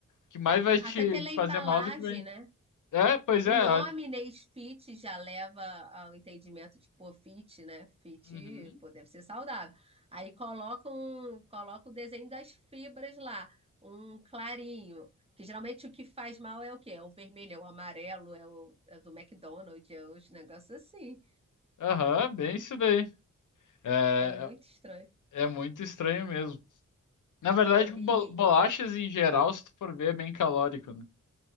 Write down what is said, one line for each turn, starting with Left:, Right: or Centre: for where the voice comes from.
Left: que mais vai te
Right: Até pela embalagem,
Left: fazer mal do que bem.
Right: né?
Left: É, pois
Right: O
Left: é.
Right: nome
Left: a-
Right: Inês Fit já leva ao entendimento de, pô, fit, né? Fit,
Left: Uhum.
Right: pô, deve ser saudável. Aí coloca, um, coloca o desenho das fibras lá, um clarinho. Que geralmente o que faz mal é o quê? É o vermelho, é o amarelo, é o é o do McDonald's, é os negócios assim.
Left: Aham, bem isso daí. É,
Right: É muito estranho.
Left: é é muito estranho mesmo. Na verdade,
Right: Não,
Left: bo-
Right: e,
Left: bolachas em geral, se tu for ver, é bem calórico, né?